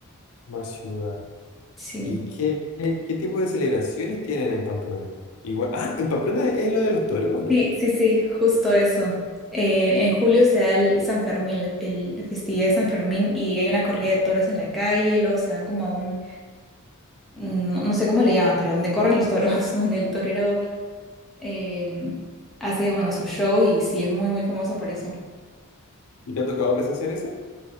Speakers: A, on the left (about 70°); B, in the centre.
A: más ciudad.
B: Sí.
A: ¿Y qué, qué, qué tipo de celebraciones tienen en Pamplona? Igual, ah, ¿en Pamplona es lo de los toros o no?
B: Sí, sí, sí, justo eso. Eh, en julio se da el San Fermín, la, el- la festividad de San Fermín, y hay una corrida de toros en la calle, luego se van como a un, no, no sé cómo le llaman, pero donde corren los toros, <laughs> donde el torero em, hace, bueno, su show y sí, es muy, muy famoso por eso.
A: ¿Y te ha tocado presenciar eso?